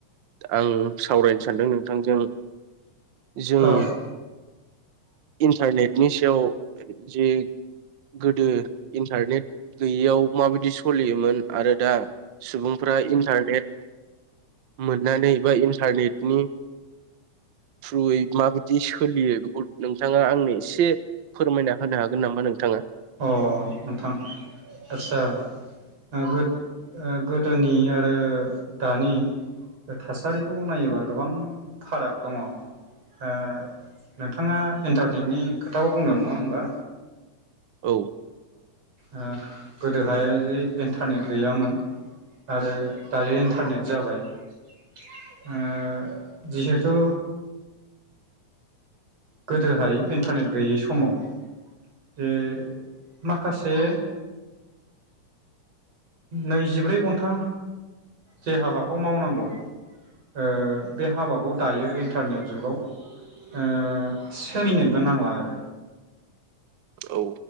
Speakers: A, on the right; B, on the right.
A: आं सावरायनो सानदों नोंथांजों। जों
B: औ
A: इन्टारनेटनि सायाव जि गोदो इन्टारनेट गैयैयाव माबायदि सलियोमोन आरो दा सुबुंफ्रा इन्टारनेट मोननानै बा इन्टारनेटनि थ्रुयै माबायदि सोलियो बेखौ नोंथाङा आंनि एसे फोरमायना होनो हागोन नामा नों
B: अ नोंथां आदसा। आ गोद ओ गोदोनि आरो दानि थासारिखौ नायोबा गोबां फाराग दङ'। आ नोंथाङा इन्टारनेटनि खोथाखौ बुंदों नङा होमबा?
A: औ
B: आ गोदोहाय इन्टारनेट गैयामोन आरो दायो इन्टारनेट जाबाय । ओ जिहेथु गोदोहाय इन्टारनेट गैयै समाव जे माखासे नैजिब्रै घन्टा जे हाबाखौ मावनांगौ ओ बे हाबाखौ दायो इन्टारनेट जुगाव ओ से मिनिटबो नांला आरो
A: औ।